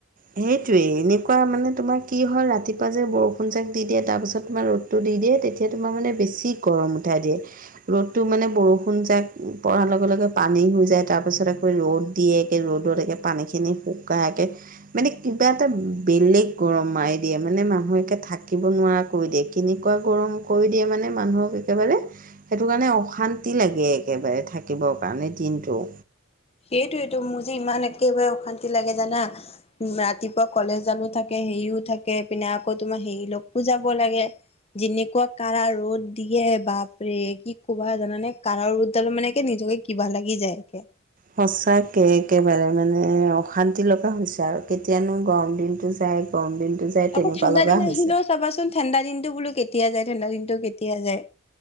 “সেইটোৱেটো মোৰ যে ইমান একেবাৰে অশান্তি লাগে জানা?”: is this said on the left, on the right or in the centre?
Left